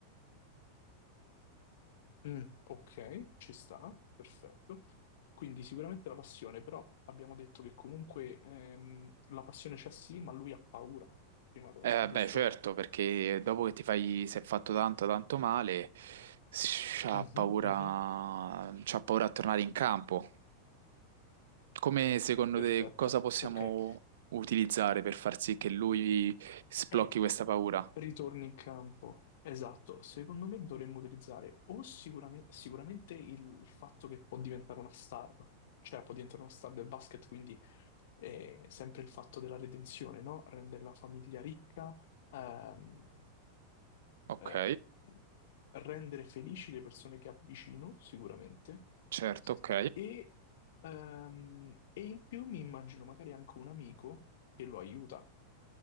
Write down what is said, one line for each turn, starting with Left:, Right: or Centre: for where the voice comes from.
Left: Mm, ok, ci sta, perfetto. Quindi sicuramente la passione, però abbiamo detto che comunque ehm, la passione c'è sì, ma lui ha paura, prima cosa,
Right: Eh,
Left: giusto?
Right: beh, certo, perché dopo che ti fai, si è fatto tanto, tanto male, s- c'ha
Left: Mhm,
Right: paura,
Left: mhm,
Right: c'ha paura a tornare in campo. Come secondo
Left: Perfetto,
Right: te cosa possiamo
Left: ok.
Right: utilizzare per far sì che lui sblocchi
Left: E
Right: questa paura?
Left: ritorni in campo. Esatto, secondo me dovremmo utilizzare o sicurame- sicuramente il il fatto che può diventare una star, cioè può diventare una star del basket, quindi eh, sempre il fatto della redenzione, no? Rendere la famiglia ricca. Ehm,
Right: Ok.
Left: eh, rendere felici le persone che avvicino, sicuramente,
Right: Certo, ok.
Left: e, ehm, e in più mi immagino magari anche un amico che lo aiuta,